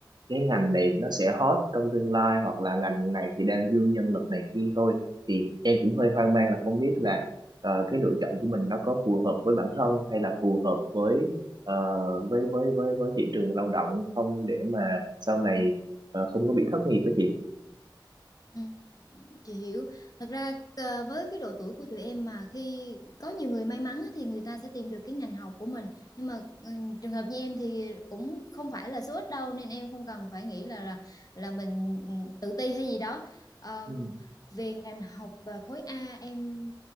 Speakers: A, on the right; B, on the left.
A: cái ngành này nó sẽ hot trong tương lai hoặc là ngành này thì đang dư nhân lực này kia thôi thì em cũng hơi hoang mang là không biết là ờ, cái lựa chọn của mình nó có phù hợp với bản thân hay là phù hợp với ờ, với với với với thị trường lao động không để mà sau này ờ, không có bị thất nghiệp đó chị
B: Ừ, chị hiểu thật ra ờ, với cái độ tuổi của tụi em mà khi có nhiều người may mắn á, thì người ta sẽ tìm được cái ngành học của mình nhưng mà ừ, trường hợp như em thì cũng không phải là số ít đâu nên em không cần phải nghĩ là là, là mình ừ, tự ti hay gì đó Ờm,
A: Ừ.
B: về ngành học và khối A em